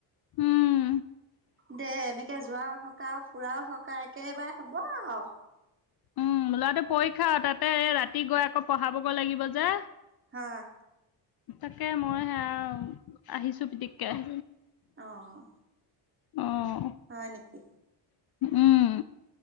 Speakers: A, on the left (about 55°); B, on the right (about 25°).
A: উম,
B: দে এনেকে যোৱা সকা ফুৰাও সক একেবাৰে হ'ব আৰু
A: উম লৰাটো পৰীক্ষা তাতে ৰাতি গৈ আকৌ পঢ়াবগৈ লাগিব যে
B: হয়
A: তাকে মই সেয়া আহিছো পিতিকে আহ
B: অহ
A: অ
B: হয় নেকি
A: উম